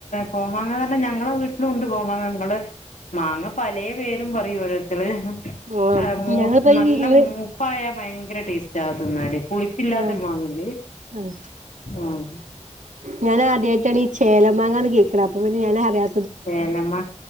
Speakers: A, on the left; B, on the right.
A: കോമാങ്ങന്ന് പറഞ്ഞെ ഞങ്ങളെ വീട്ടിലും ഉണ്ട് കോമാങ്ങ നിങ്ങള് മാങ്ങ പലെ പേരും പറയും ഓരോരുത്തൽ
B: ആഹ്
A: ആ
B: ഞങ്ങളിപ്പോ
A: നല്ല
B: ഇങ്ങള്
A: മൂപ്പായാ ഭയങ്കര ടേസ്റ്റ് ആഹ് തിനാന്ന് പുളിപ്പില്ലാത്തൊരു
B: ആഹ്
A: മാങ്ങ അല്ലേ
B: ആഹ്
A: ആഹ്
B: ഞാൻ ആദ്യമായിട്ടാണ് ഈ ചേലമാങ്ങന്ന് കേക്കുന്നെ അപ്പൊ പിന്നെ ഞാൻ അറിയാ
A: ചേലമ്മ